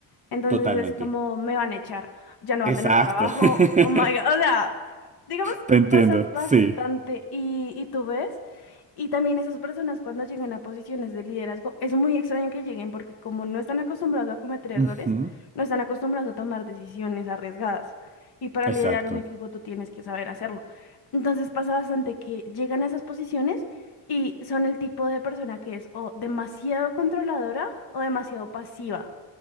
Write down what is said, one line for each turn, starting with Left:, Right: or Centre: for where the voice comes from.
Left: Entonces
Right: Totalmente.
Left: es como me van a echar, ya no va
Right: Exacto.
Left: a tener trabajo,
Right: <laughs>
Left: oh my God, o sea, digamos,
Right: Te entiendo,
Left: pasa bastante
Right: sí.
Left: y, y tú ves, y también esas personas cuando llegan a posiciones de liderazgo, es muy extraño que lleguen porque como no están acostumbrados a cometer errores,
Right: Ujú,
Left: no están acostumbrados a tomar decisiones arriesgadas. Y para
Right: Exacto,
Left: liderar un equipo tú tienes que saber hacerlo. Entonces pasa bastante que llegan a esas posiciones y son el tipo de persona que es o demasiado controladora o demasiado pasiva.